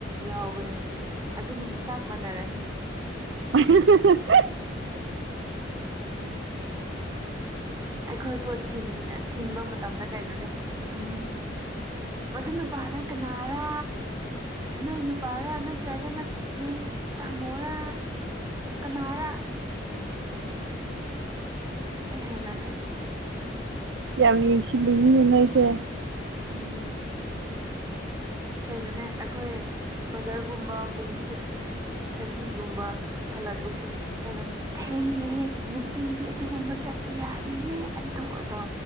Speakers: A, on the right (about 20°); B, on the right (about 70°).
A: ꯌꯥꯎꯕꯅꯦ ꯑꯗꯨꯝ ꯆꯞ ꯃꯥꯟꯅꯔꯦ
B: <unintelligible>
A: ꯑꯩꯈꯣꯏ ꯕꯨ ꯊꯤꯟ ꯊꯤꯟꯕ ꯃꯇꯝꯗ ꯀꯩꯅꯣꯅꯦ ꯑꯡ ꯃꯗꯨ ꯅꯨꯄꯥꯥꯔ ꯀꯅꯥꯔ ꯅꯣꯏ ꯅꯨꯄꯥꯔꯥ ꯅꯠꯇ꯭ꯔꯒꯅ ꯅꯣꯏ ꯇꯥꯃꯣꯔꯥ ꯀꯅꯥꯥꯔ ꯎꯝ ꯑꯩ ꯍꯩꯅꯗ꯭ꯔꯦ
B: ꯌꯥꯝ ꯌꯦꯡꯁꯤꯜꯂꯤꯅꯤꯅꯦ ꯅꯣꯏꯁꯦ
A: ꯎꯝ ꯀꯩꯅꯣꯅꯦ ꯑꯩꯈꯣꯏ ꯕ꯭ꯔꯗꯔꯒꯨꯝꯕ ꯄꯨꯡ ꯁꯤꯛꯁ ꯊꯥꯔꯇꯤꯒꯨꯝꯕ ꯍꯜꯂꯒꯄꯁꯨ ꯀꯩꯅꯣ ꯊꯦꯡꯉꯦꯍꯦ ꯅꯨꯄꯤꯗꯤ ꯑꯗꯨꯒꯨꯝꯕ ꯆꯠꯄ ꯌꯥꯗꯦꯅꯦ ꯑꯗꯨ ꯑꯗꯥ